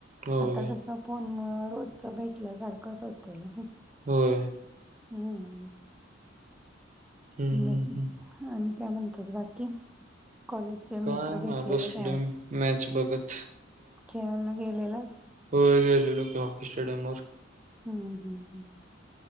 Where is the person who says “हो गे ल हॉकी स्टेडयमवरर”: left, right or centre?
Right